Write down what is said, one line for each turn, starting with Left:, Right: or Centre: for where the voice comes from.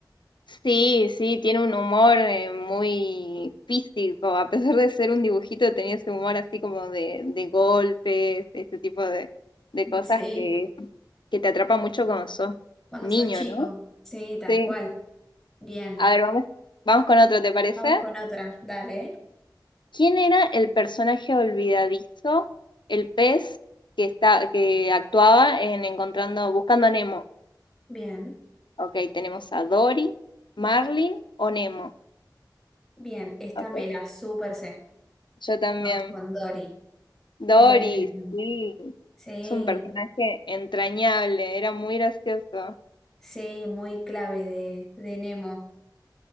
Left: Sí, sí, tiene un humor eh, muy físico, a pesar de ser un dibujito, tenía ese humor así como de, de golpes, ese tipo de, de cosas
Centre: Sí.
Left: que, que te atrapa mucho cuando sos
Centre: Cuando
Left: niño,
Centre: sos chico.
Left: ¿no?
Centre: Sí, tal
Left: Sí.
Centre: cual. Bien.
Left: A ver, vamos, vamos con otro, ¿te parece?
Centre: Vamos con otra. Dale.
Left: ¿Quién era el personaje olvidadizo, el pez que está, que actuaba en encontrando, buscando a Nemo?
Centre: Bien.
Left: Ok, tenemos a Dory, Marlin o Nemo.
Centre: Bien. Esta
Left: Ok,
Centre: me la súper sé.
Left: yo también.
Centre: Vamos con Dory.
Left: Doris,
Centre: Bien.
Left: sí.
Centre: Sí.
Left: Es un personaje entrañable, era muy gracioso.
Centre: Sí, muy clave de, de Nemo.